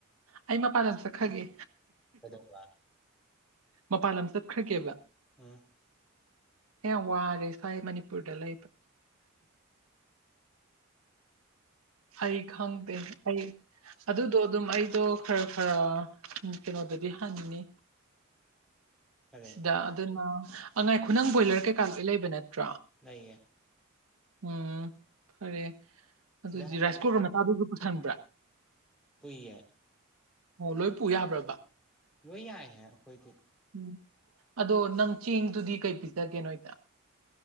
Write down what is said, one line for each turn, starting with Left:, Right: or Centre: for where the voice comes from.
Right: ꯑꯩ ꯃꯄꯥꯟꯗ ꯆꯠꯈꯒꯦ
Centre: ꯍꯖꯧ
Right: ꯃꯄꯥꯟ ꯂꯝ ꯆꯠꯈ꯭ꯔꯒꯦꯕ
Centre: ꯎꯝ
Right: ꯌꯥꯝ ꯋꯥꯔꯦ ꯁꯋꯥꯥꯏ ꯃꯅꯤꯄꯨꯔꯗ ꯂꯩꯕ ꯑꯩ ꯈꯪꯗ ꯑꯩ ꯑꯗꯨꯗꯣ ꯑꯗꯨꯝ ꯑꯩꯗꯣ ꯈꯔ ꯈꯔ ꯀꯩꯅꯣꯗꯗꯤ ꯍꯟꯅꯤ
Centre: ꯀꯔꯤ
Right: ꯁꯤꯗ ꯑꯗꯨꯅ ꯑꯉꯥꯏ ꯈꯨꯅꯪ ꯕꯣꯏꯂꯔ ꯀꯩꯀꯥ ꯂꯣꯏ ꯂꯩꯕ ꯅꯠꯇ꯭ꯔꯣ
Centre: ꯅꯌꯦ
Right: ꯎꯝ ꯐꯔꯦ ꯑꯗꯨꯗꯤ
Centre: ꯁꯤꯗ ꯍꯟꯅꯤ
Right: ꯔꯥꯏꯁ ꯀꯨꯀꯔ ꯃꯆꯥꯗꯨꯒ ꯄꯨꯊꯟꯕ꯭ꯔꯥ
Centre: ꯄꯨꯌꯦ
Right: ꯑꯣ ꯂꯣꯏ ꯄꯨ ꯌꯥꯕ꯭ꯔꯕ
Centre: ꯂꯣꯏ ꯌꯥꯏꯍꯦ ꯑꯩꯈꯣꯏꯗꯤ
Right: ꯎꯝ ꯑꯗꯣ ꯅꯪ ꯆꯦꯡꯗꯨꯗꯤ ꯀꯩ ꯄꯤꯖꯒꯦꯅꯣꯣꯏꯗ